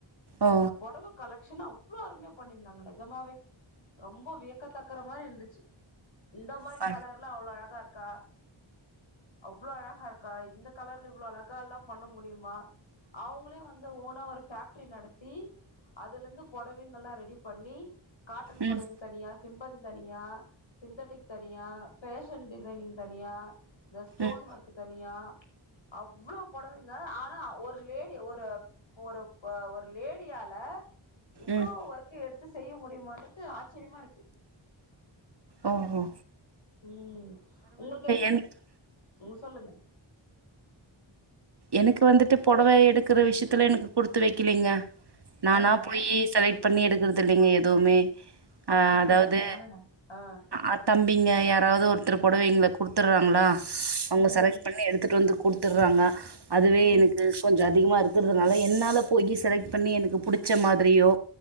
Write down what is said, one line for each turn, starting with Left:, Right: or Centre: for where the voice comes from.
Right: ஓ
Left: இந்த பொடவ கலெக்ஷன் அவ்ளோ அருமையா பண்ணியிருந்தாங்க நெஜமாவே ரொம்ப வியக்கத்தக்கற மாரி இருந்துச்சு இந்த மாரி
Right: ப
Left: கலர்லா அவ்ளோ அழகா இருக்கா அவ்ளோ அழகா இருக்கா இந்த கலர்ல இவ்ளோ அழகால்லா பண்ண முடியுமா அவங்களே வந்து ஓனா ஒரு ஃபேக்ட்ரி நடத் த்தி அதுலந்து பொடவைங்கல்லா ரெடி பண்ணி காட்டன்
Right: ம்
Left: பொடவை தனியா சிம்பதி தனியா சிந்தட்டிக் தனியா ஃபேஷன் டிசைனிங் தனியா இந்த ஸ்டோன்
Right: ம்
Left: ஒர்க்கு தனியா அவ்ளோ பொடவைங்க ஆனா ஒரு லேடி ஒரு ஒரு ஒரு லே லேடியால இவ்ளோ
Right: ம்
Left: ஒர்க் எடுத்து செய்ய முடியமான்றது ஆச்சரியமா இருக்கு
Right: ஓ ஓ
Left: ம் உங்களுக்கு என்ன
Right: எனக்கு
Left: ம் சொல்லுங்க
Right: எனக்கு வந்துட்டு பொடவ எடுக்கிற விஷயத்துல எனக்கு குடுத்து வைக்கலிங்க நானா
Left: ஏங்க
Right: போய் செலக் ட் பண்ணி எடுக்கறது இல்லைங்க எதுவ்மே ஆ
Left: அப்டிங்களா
Right: அதாவ்து
Left: ஆ
Right: அத் தம்பிங்க யாராவ்து ஒருத்தரு பொடவைங்ள குடுத்துறாங்ளா அவங்க
Left: ம்
Right: செலக்ட் பண்ணி ண்ணி எடுத்துட்டு வந்து குடுத்துறாங்க அதுவே
Left: ம்
Right: எனக்கு கொஞ்ச அதிகமா இருக் க்றதுனால என்னால போயி செலக்ட் பண்ணி எனக்கு புடிச்ச மாதிரியோ